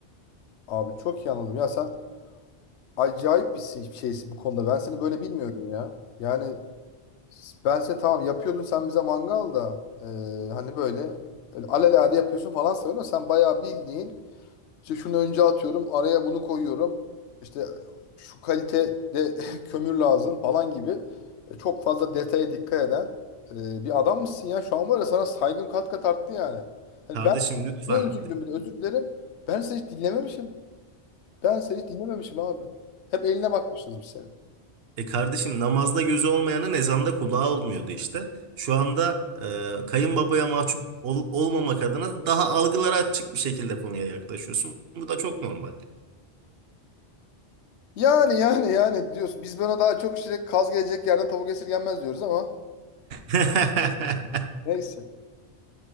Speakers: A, on the left (about 85°); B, on the right (about 65°).
A: Abi çok iyi anladım. Ya sen acayip bir şey- şeysin bu konuda. Ben seni böyle bilmiyordum ya. Yani bense tamam yapıyordun sen bize mangal da e, hani böyle öyle alelade yapıyorsun falan sanıyorum. Sen bayağı bildiğin İşte şunu önce atıyorum, araya bunu koyuyorum. İşte şu kalitede <laughs> kömür lazım falan gibi E, çok fazla detaya dikkat eden e, bir adam mısın ya? Şu an var ya sana saygım kat kat arttı yani. Hani
B: Kardeşim
A: ben
B: lütfen.
A: ne özür bile özür dilerim. Ben seni hiç dinlememişim. Ben seni hiç dinlememişim abi. Hep eline bakmışsınız bir senin.
B: E kardeşim namazda gözü olmayanın ezanda kulağı olmuyordu işte. Şu anda e, kayınbabaya mahcup ol- olmamak adına daha algılara açık bir şekilde konuya yaklaşıyorsun. Bu da çok normal.
A: Yani yani yani diyorsun. Biz buna daha çok işte kaz gelecek yerden tavuk esirgenmez diyoruz ama
B: <laughs>
A: neyse.